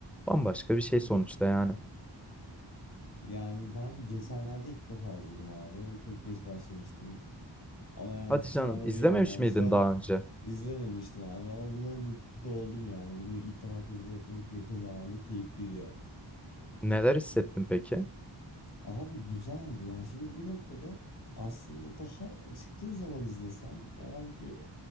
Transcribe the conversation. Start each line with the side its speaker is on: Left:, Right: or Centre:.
Centre: bambaşka bir şey sonuçta yani.
Left: Yani ben geçenlerde ilk defa izledim abi. Çok geç başlamıştım. Ama yani
Centre: Hadi
Left: pişman
Centre: canım
Left: da
Centre: izlememiş
Left: değilim yani.
Centre: miydin
Left: Şu an
Centre: daha önce?
Left: izlememiştim abi ama buna mutlu oldum yani. Bunu ilk defa tecrübe etmek yakın zamanda keyifliydi ya.
Centre: Neler hissettin peki?
Left: Abi güzeldi yani şimdi bir noktada aslında daha çıktığı zaman izlesem o anki